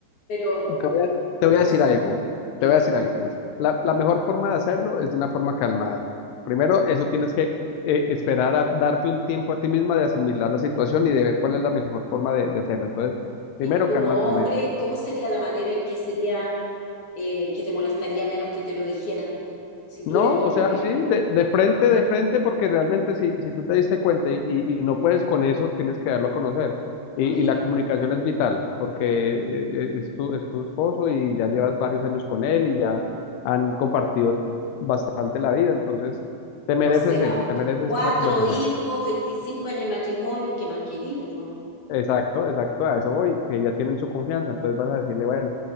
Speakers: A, on the left; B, on the left.
A: pero mm,
B: te voy a, te voy
A: no
B: a decir
A: sé,
B: algo,
A: dime.
B: te voy a decir algo, Liz. La, la mejor forma de hacerlo es de una forma calmada. Primero, eso tienes que eh, esperar a darte un tiempo a ti misma de asimilar la situación y de ver cuál es la mejor forma de, de hacerlo. Entonces, primero
A: Y tú como
B: calma tu
A: hombre,
B: mente.
A: ¿cómo sería la manera en que sería eh, que te molestaría menos que te lo dijeran? Si tú
B: No,
A: eres hombre,
B: o sea, sí, de, de frente, de frente, porque realmente si, si tú te diste cuenta y, y- y no puedes con eso, tienes que darlo a conocer. Y,
A: ay,
B: y la comunicación es vital, porque eh, eh, es tu, es tu esposo y ya llevas varios años con él y ya han compartido bastante la vida, entonces te mereces
A: o sea,
B: eso, te mereces
A: cuatro
B: esa conversación.
A: hijos, 25 años de matrimonio, ¿qué más querís, po?
B: Exacto, exacto, a eso voy, que ya tienen su confianza, entonces vas a decirle, bueno.